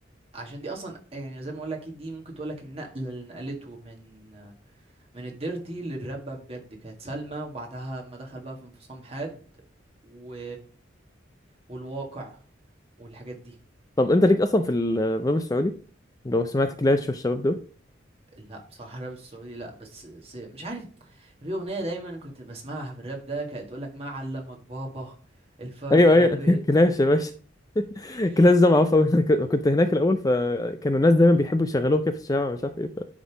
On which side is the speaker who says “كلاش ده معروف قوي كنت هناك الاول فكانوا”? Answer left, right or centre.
Left